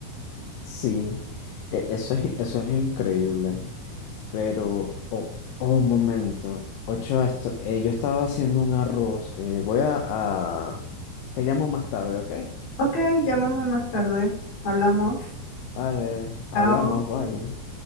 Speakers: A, on the left; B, on the left.
A: sí. E- Eso es, eso es increíble. Pero, oh, oh, un momento. Ocho, esto, eh, yo estaba haciendo un arroz. eh, voy a, a- Te llamo más tarde, ¿ok?
B: Ok, llámame más tarde. Hablamos.
A: Vale, hablamos,
B: Chao.
A: bye.